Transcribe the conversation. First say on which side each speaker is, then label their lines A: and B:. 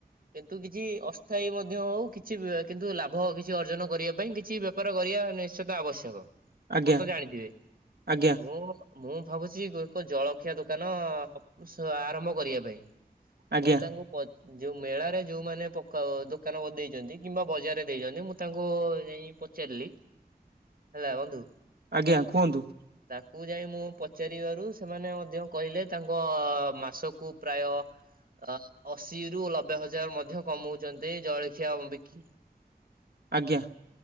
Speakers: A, on the right; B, on the right.
A: କିନ୍ତୁ କିଛି ଅସ୍ଥାୟୀ ମଧ୍ୟ ହଉ, କିଛି ବି କିନ୍ତୁ ଲାଭ କିଛି ଅର୍ଜନ କରିବା ପାଇଁ କିଛି ବ୍ୟ ବେପାର କରିବା ନିଶ୍ଚିତ ଆବଶ୍ୟକ। ଆପଣ
B: ଆଜ୍ଞା
A: ତ ଜାଣିଥିବେ?
B: ଆଜ୍ଞା
A: ମୁଁ ମୁଁ ଭାବୁଛି ଏକ ଜଳ ଜଳଖିଆ ଦୋକାନ ସ ଆରମ୍ଭ କରିବା ପାଇଁ।
B: ଆଜ୍ଞା
A: ମୁଁ ତାଙ୍କୁ ପ ଯୋଉ ମେଳାରେ, ଯଉମାନେ ପକାଅ ଦୋକାନ ବ ଦେଇଛନ୍ତି, କିମ୍ବା ବଜାରରେ ଦେଇଛନ୍ତି ମୁଁ ତାଙ୍କୁ ଯାଇଁ ପଚାରିଲି ହେଲା ବନ୍ଧୁ।
B: ଆଜ୍ଞା କୁହନ୍ତୁ?
A: ତାଙ୍କୁ ଯାଇ ମୁଁ ପଚାରିବାରୁ ସେମାନେ ମ ଯେ କହିଲେ ତାଙ୍କ ମାସକୁ ପ୍ରାୟ ଅ ଅଶିରୁ ଲବେ ହଜାର ମଧ୍ୟ କମଉଛନ୍ତି ଜଳଖିଆ ବିକି
B: ଆଜ୍ଞା।